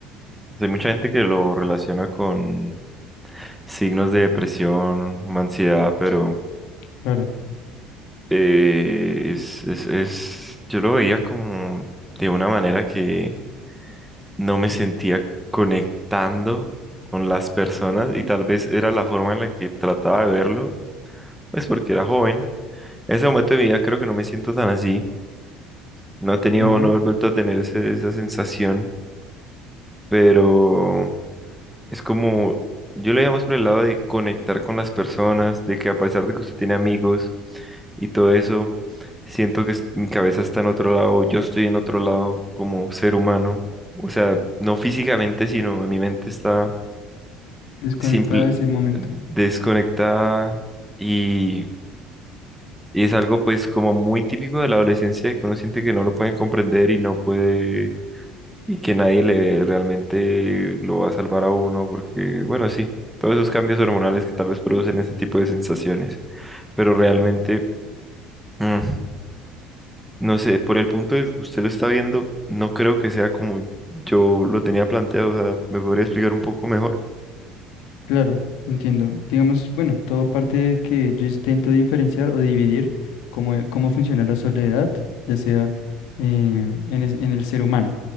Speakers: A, in the centre; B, on the left.
A: hay mucha gente que lo relaciona con signos de depresión, ansiedad, pero
B: claro,
A: eh, es, es, es, yo lo veía como de una manera que no me sentía conectando con las personas y tal vez era la forma en la que trataba de verlo, pues porque era joven. En ese momento de mi vida creo que no me siento tan así. No he tenido,
B: entiendo.
A: no he vuelto a tener ese- esa sensación, pero es como, yo lo llamo por el lado de conectar con las personas, de que a pesar de que usted tiene amigos y todo eso, siento que es- mi cabeza está en otro lado, yo estoy en otro lado como ser humano. O sea, no físicamente, sino en mi mente está
B: desconectada
A: simple,
B: de ese momento.
A: desconectada y, y es algo pues como muy típico de la adolescencia que uno siente que no lo pueden comprender y no puede y que nadie le realmente lo va a salvar a uno porque bueno, sí, todos esos cambios hormonales que tal vez producen ese tipo de sensaciones, pero realmente mm, no sé, por el punto de que usted lo está viendo, no creo que sea como yo lo tenía planteado, o sea, ¿me podría explicar un poco mejor?
B: Claro, entiendo. Digamos, bueno, todo parte de que yo intento diferenciar o dividir cómo, eh, cómo funciona la soledad, ya sea eh, en, es- en el ser humano.